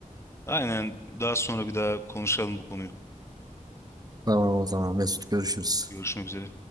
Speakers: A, on the left; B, on the right.
A: Aynen daha sonra bir daha konuşalım bu konuyu.
B: Tamam o zaman Mesut görüşürüz.
A: Görüşmek üzere.